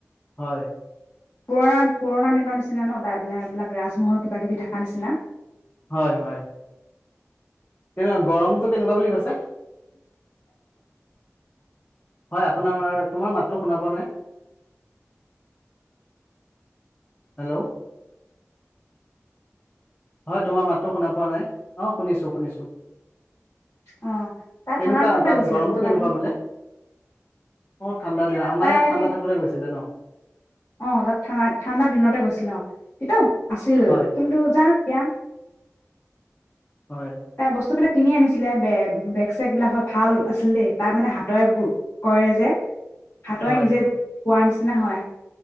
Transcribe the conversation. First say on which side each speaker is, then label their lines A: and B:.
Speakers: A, on the left; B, on the left.
A: হয়
B: পুৰণা পুৰণা দিনৰ নিচিনা ন তাইবিলাক এইবিলাক ৰাজমহল কিবা কিবি থকা নিচিনা
A: হয় হয় কেনেকুৱা গৰমটো কেনেকুৱা বুলি কৈছে হয় আপোনাৰ তোমাৰ মাতটো শুনা পোৱা নাই হেল্ল' হয় তোমাৰ মাতটো শুনা পোৱা নাই অ শুনিছো শুনিছো
B: অ তাই
A: কেনেকুৱা
B: ঠাণ্ডাৰ দিনতে
A: তাত
B: গৈছিলে
A: গৰমটো
B: ঠাণ্ডা
A: কেনেকুৱা
B: দিন
A: বোলে অ ঠাণ্ডা
B: তেতিয়া
A: দিন আমাৰ
B: তাই
A: ইয়াত ঠাণ্ডা থাকোতে গৈছিলে ন
B: আহ তাত ঠাণ্ডা ঠাণ্ডাৰ দিনতে গৈছিলে অ সিটো আছিল
A: হয়
B: কিন্তু জানো তিয়া
A: হয়
B: তাই বস্তুবিলাক কিনি আনিছিলে বে বেগ চেগ বিলাক ভাল আছিল দেই তাত মানে হাতৰে কৰে যে। হাতৰে
A: হয়
B: নিজে পোৱা নিচিনা হয়।